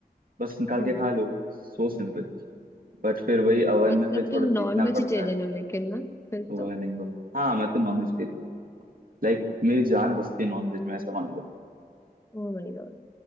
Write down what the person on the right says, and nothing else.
बस निकाल
के खा लो So simple बट फिर वही ओवन
में फिर थोड़ा
देखना
पड़ता है
हुआ
नहीं हुआ हाँ मैं तो नॉनवेज दे रही लाइक मेरी जान बसती है नॉनवेज में ऐसा मान लो